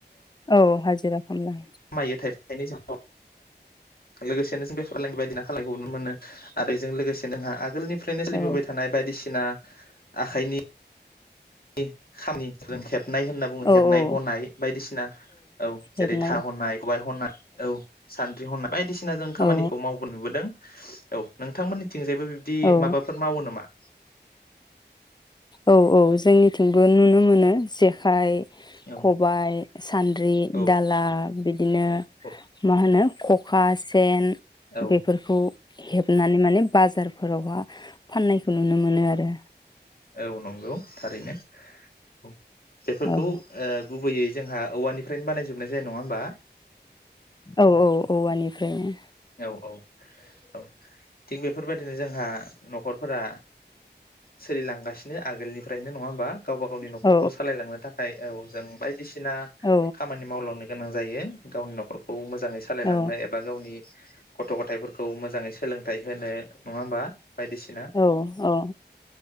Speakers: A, on the left (about 25°); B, on the left (about 55°).
A: औ हाजिरा खामला।
B: मायो <unintelligible> लोगोसेनो जों बे फालांगि बायदिना खालामनायखौ नुनो मोनो आरो बेजों लोगोसे नोंहा आगोलनि फ्रायनो सोलिबोबाय
A: औ
B: थानाय बायदिसिना आखाइनि <unintelligible> हेबनाय होनना बुङो हेबनाय
A: औ औ
B: हनाय बायदिसिना औ
A: हेबनाय
B: जेरै था हनाय खबाइ हनाय औ सानद्रि हनाय बायदिसिना जों खामानिखौ
A: औ
B: मावबो नुबोदों। औ नोंथांमोननि थिंजायबो बिबदि
A: औ
B: माबाफोर मावो नामा? <inaudible>
A: औ औ। जोंनिथिंबो नुनो मोनो जेखाइ
B: औ
A: खबाइ सान्द्रि
B: औ
A: दाला बिद दिनो
B: औ
A: मा होनो खखा सेन
B: औ
A: बेफोरखौ हेबनानै माने बाजारफोरावहा फाननायखौ नुनो मोनो आरो।
B: औ नंगौ थारैनो औ। बेफोरखौ
A: औ
B: ओ गुबैयै जोंहा औवानिफ्रायनो बानायजोबनाय जायो नङा होमबा?
A: औऔ औवानिफ्रायनो।
B: औ औ औ थिग बेफोरबायदिनो जोंहा नख'रफोरा सोलिलांगासिनो आगोलनिफ्रायनो नङा होमबा? गावबा गावनि नख'रखौ
A: औ
B: सालायलांनो थाखाय औ जों बायदिसिना
A: औ
B: खामानि मावलांनो गोनां जायो गावनि नखरखौ मो जाङै सालायलांनो
A: औ
B: एबा गावनि गथ' गथायफोरखौ मोजाङै सोलोंथाइ होनो नङा होमबा? बायदिसिना
A: औ औ।